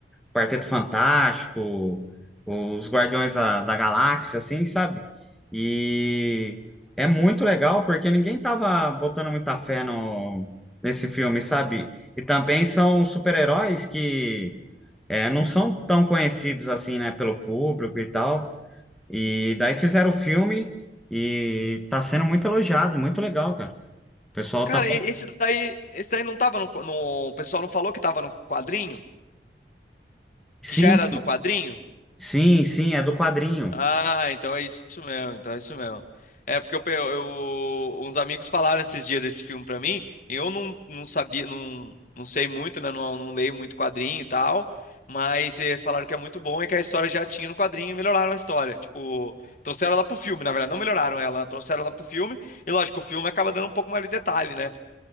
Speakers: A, in the centre; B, on the left.
A: Quarteto Fantástico, os Guardiões da, da Galáxia, assim, sabe? E é muito legal porque ninguém tava botando muita fé no, nesse filme, sabe? E também são super-heróis que é, não são tão conhecidos assim, né, pelo público e tal. E daí fizeram o filme e tá sendo muito elogiado, muito legal, cara. O pessoal
B: Cara,
A: tá.
B: e- esse daí, esse daí não tava no, qu- no. O pessoal não falou que tava no quadrinho?
A: Sim,
B: Que já era do quadrinho?
A: sim, sim, é do quadrinho.
B: Ah, então é isso mesmo, então é isso mesmo. É porque eu, pe- eu- uns amigos falaram esses dias desse filme pra mim, e eu não, não sabia, não, não sei muito, né? Não, não leio muito quadrinho e tal, mas eh, falaram que é muito bom e que a história já tinha no quadrinho e melhoraram a história. Tipo, trouxeram ela pro filme, na verdade, não melhoraram ela, trouxeram ela pro filme, e lógico, o filme acaba dando um pouco mais de detalhe, né?